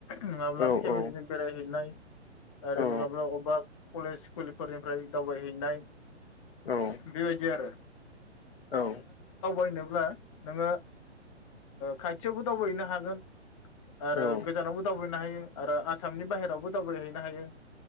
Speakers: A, on the left (about 30°); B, on the left (about 55°).
A: नङाब्ला
B: औ
A: फेमिलिजों
B: औ
A: बेरायहैनाय। आरो
B: औ
A: नङाब्ला अबेबा कलेज स्कुलफोरनिफ्राय दावबायहैनाय।
B: औ
A: बेबायदि आरो।
B: औ।
A: जेनोब्ला नोङो खाथियावबो दावबायहैनो हागोन। आरो
B: औ
A: गोजानावबो दावबायनो हायो। आरो आसामनि बाहेरावबो दावबायहैनो हायो।